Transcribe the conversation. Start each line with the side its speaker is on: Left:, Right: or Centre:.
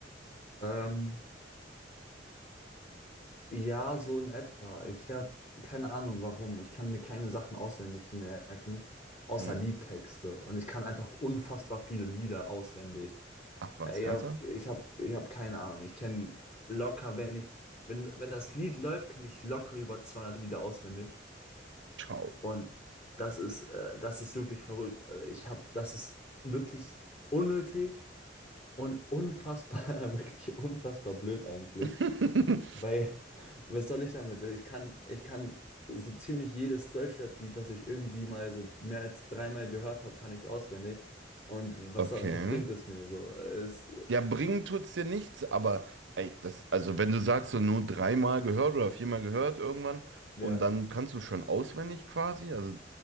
Left: ähm, Ja, so in etwa. Ich habe keine Ahnung, warum. Ich kann mir keine Sachen auswendig merken, außer
Right: Hm.
Left: Liedtexte. Und ich kann einfach unfassbar viele Lieder auswendig.
Right: Ach was,
Left: Äh, Ich
Right: ernsthaft?
Left: habe ich hab, ich hab keine Ahnung. Ich kenne locker, wenn ich, wenn, wenn das Lied läuft, kenne ich locker über 200 Lieder auswendig.
Right: Ciao.
Left: Und das ist, äh, das ist wirklich verrückt. Also ich habe, das ist wirklich unnötig und unfassbar, <laughs> wirklich unfassbar blöd eigentlich.
Right: <laughs>
Left: Weil, <laughs> was soll ich damit? Ich kann, ich kann so ziemlich jedes Deutschrap-Lied, was ich irgendwie mal so mehr als dreimal gehört habe, kann ich auswendig. Und was,
Right: Okay.
Left: soll- was bringt es mir so? Äh, Es,
Right: Ja, bringen tut's dir nichts, aber ey, das, also wenn du sagst, so nur dreimal gehört oder viermal gehört irgendwann
Left: ja,
Right: und dann kannst du schon auswendig quasi, also